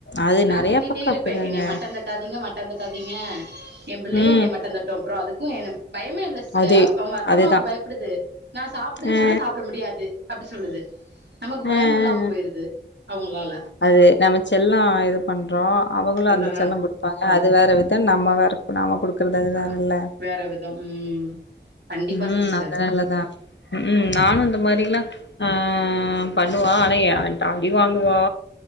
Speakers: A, on the left; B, on the right.
A: அது
B: நா
A: நெறைய
B: திட்டிட்டே
A: பக்கோ
B: இருப்ப
A: அப்டிதாங்க
B: என்னிய மட்டந்தட் டாதீங்க மட்ட தட்டாதீங்க ஏ பிள்ளையு
A: ம்
B: என்னை மட்ட தட்டு அப்ரோ அதுக்கு என பயமே இல்ல சி ஸ்டர்
A: அதே
B: அவங்க அத்தம்மாவுக்கு
A: அதேதா
B: பயப்படுது நா சாப்டுன்னு
A: அ
B: சொன்னா சாப்ட முடியாது அப்டி சொல்லுது நமக்கு
A: அ அ
B: பயம் இல்லாம போயிருது அவங்களால
A: அது நம்ம செல்லோ இது பண்றோ அவங்களும்
B: அதுதா
A: அந்த செல்ல குடுப்பாங்க அது வேற விதோ நம்ம வேற இப்ப நாம குடுக்கறது அது
B: அ
A: வேற இல்ல
B: வேற விதோ ம் கண்டிப்பா
A: ம்
B: சிஸ்டர்
A: அதனாலதா ம்க்ம் நானு இந்த மாரி எல்லா ஆ பண்ணுவா ஆனா ஏ அடி வாங்குவா